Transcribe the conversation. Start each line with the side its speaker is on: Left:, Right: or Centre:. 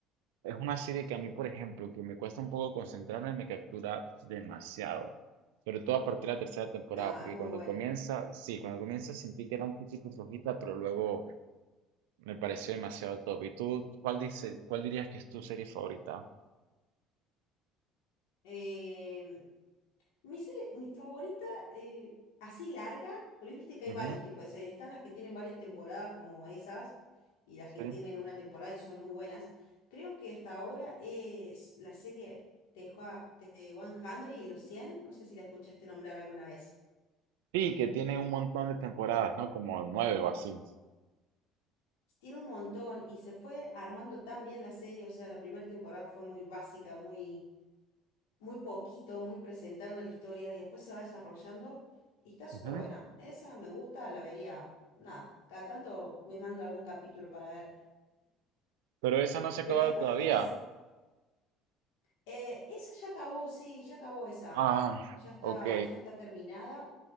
Right: es una serie que a mí, por ejemplo, que me cuesta un poco concentrarme, me captura demasiado. Sobre todo a partir de la tercera temporada,
Left: nada,
Right: porque
Left: es muy
Right: cuando
Left: buena.
Right: comienza, sí, cuando comienza sentí que era un poquito flojita, pero luego me pareció demasiado top. ¿Y tú cuál dice, cuál dirías que es tu serie favorita?
Left: Em, Mi serie, mi favorita, eh, así larga, porque viste que hay
Right: Ujú,
Left: varios tipos de series. Están las que tienen varias temporadas como esas y las que
Right: Sí.
Left: tienen una temporada y son muy buenas. Creo que hasta ahora es la serie de Jua- de y los cien No sé si la escuchaste nombrar alguna vez.
Right: Sí, que tiene un montón de temporadas, ¿no? Como nueve o así.
Left: Tiene un montón y se fue armando tan bien la serie. O sea, la primera temporada fue muy básica, muy... muy poquito, muy presentando la historia y después se va desarrollando y está súper
Right: Ujú.
Left: buena. Esa me gusta, la vería, nada, cada tanto me mando algún capítulo para ver.
Right: Pero esa no se ha acabado
Left: Pero después
Right: todavía.
Left: están las... eh, esa ya acabó, sí, ya acabó esa.
Right: Ah,
Left: Ya está,
Right: ok.
Left: ya está terminada,